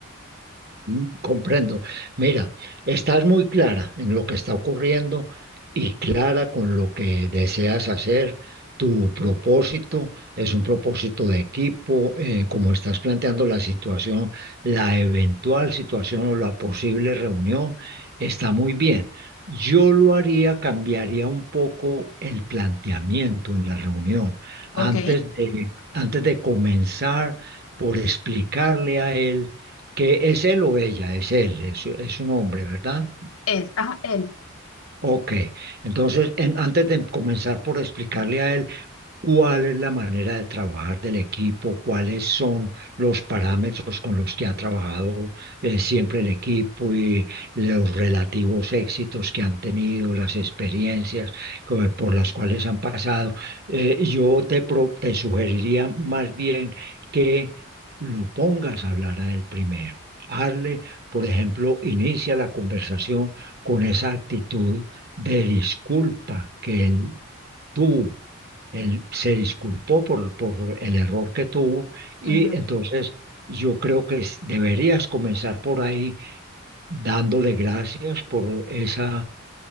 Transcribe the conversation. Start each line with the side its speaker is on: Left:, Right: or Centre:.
Right: Mm, Comprendo. Mira, estás muy clara en lo que está ocurriendo y clara con lo que deseas hacer. Tu propósito es un propósito de equipo, eh, como estás planteando la situación, la eventual situación o la posible reunión, está muy bien. Yo lo haría, cambiaría un poco el planteamiento en la reunión. Antes
Left: ¿Ok?
Right: de, antes de comenzar por explicarle a él que es él o ella, es él, es, es un hombre, ¿verdad?
Left: Es, ajá, él.
Right: Ok, entonces en- antes de comenzar por explicarle a él cuál es la manera de trabajar del equipo, cuáles son los parámetros con los que ha trabajado eh, siempre el equipo y los relativos éxitos que han tenido, las experiencias co- por las cuales han pasado. Eh, yo te, pro- te sugeriría más bien que lo pongas a hablar a él primero. Hazle, por ejemplo, inicia la conversación con esa actitud de disculpa que él tuvo él se disculpó por, por el error que tuvo y
Left: Uh -huh.
Right: entonces yo creo que es- deberías comenzar por ahí dándole gracias por ese